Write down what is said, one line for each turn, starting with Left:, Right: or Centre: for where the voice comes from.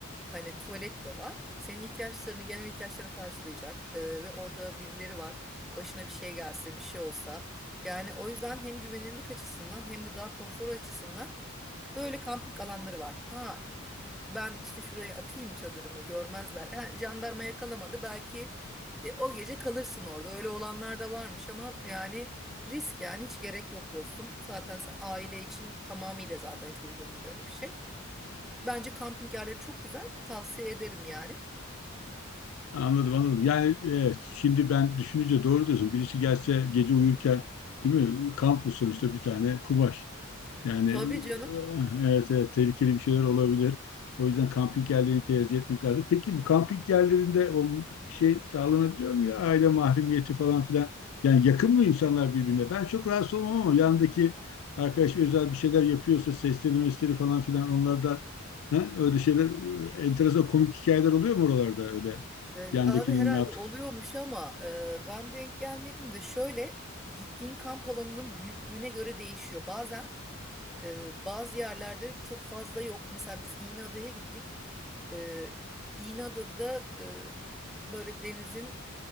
Centre: Hani tuvalet de var. Senin ihtiyaçlarını, genel ihtiyaçlarını karşılayacak e, ve orada birileri var. Başına bir şey gelse, bir şey olsa. Yani o yüzden hem güvenirlik açısından hem de daha konfor açısından böyle kamping alanları var. Ha ben işte şuraya atayım çadırımı görmezler. Ha, jandarma yakalamadı belki e, o gece kalırsın orada. Öyle olanlar da varmış ama yani risk yani hiç gerek yok dostum. Zaten sen aile için tamamıyla zaten hiç uygun değil öyle bir şey. Bence kamping yerleri çok güzel. Tavsiye ederim yani.
Left: Anladım anladım. Yani evet şimdi ben düşününce doğru diyorsun. Birisi gelse gece uyurken değil mi? Kamp usulü işte bir tane kumaş. Yani
Centre: Tabii canım.
Left: eh, evet evet tehlikeli bir şeyler olabilir. O yüzden kamping yerlerini tercih etmek lazım. Peki bu kamping yerlerinde o şey sağlanabiliyor mu ya? Aile mahremiyeti falan filan. Yani yakın mı insanlar birbirine? Ben çok rahatsız olmam ama yandaki arkadaş özel bir şeyler yapıyorsa sesleri mesleri falan filan onlarda he? Öyle şeyler eh, enteresan komik hikayeler oluyor mu oralarda öyle?
Centre: Ee,
Left: Yandakinin
Centre: abi herhalde
Left: ne yaptık?
Centre: oluyormuş ama e, ben denk gelmedim de şöyle gittiğin kamp alanının büyüklüğüne göre değişiyor. Bazen e, bazı yerlerde çok fazla yok. Mesela biz İğneada'ya gittik. Ee, İğneada'da da e, böyle denizin